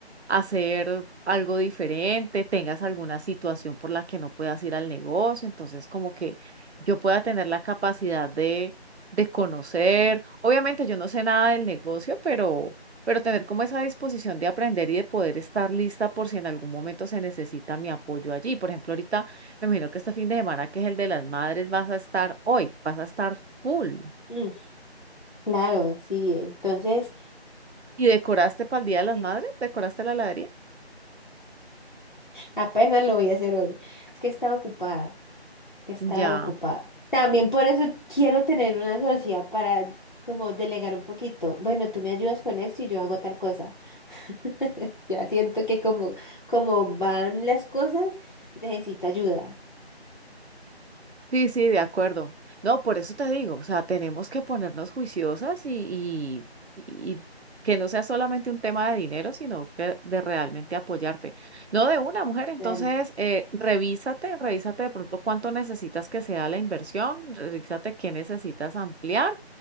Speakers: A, on the right; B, on the left.
A: hacer algo diferente, tengas alguna situación por la que no puedas ir al negocio, entonces como que yo pueda tener la capacidad de, de conocer. Obviamente yo no sé nada del negocio, pero, pero tener como esa disposición de aprender y de poder estar lista por si en algún momento se necesita mi apoyo allí. Por ejemplo, ahorita me imagino que este fin de semana, que es el de las madres, vas a estar hoy, vas a estar full.
B: Mm, claro, sí, entonces
A: ¿Y decoraste para el Día de las
B: <laughs>
A: Madres? ¿Decoraste la heladería?
B: apenas lo voy a hacer hoy. Es que estaba ocupada. que estaba
A: Ya.
B: ocupada. También por eso quiero tener una sociedad para como delegar un poquito. Bueno, tú me ayudas con esto y yo hago tal cosa. <laughs> Ya siento que como, como van las cosas, necesito ayuda.
A: Sí, sí, de acuerdo. No, por eso te digo, o sea, tenemos que ponernos juiciosas y, y, y que no sea solamente un tema de dinero, sino que de realmente apoyarte. No de una mujer, entonces,
B: Claro.
A: eh, revísate, revísate de pronto cuánto necesitas que sea la inversión, revísate qué necesitas ampliar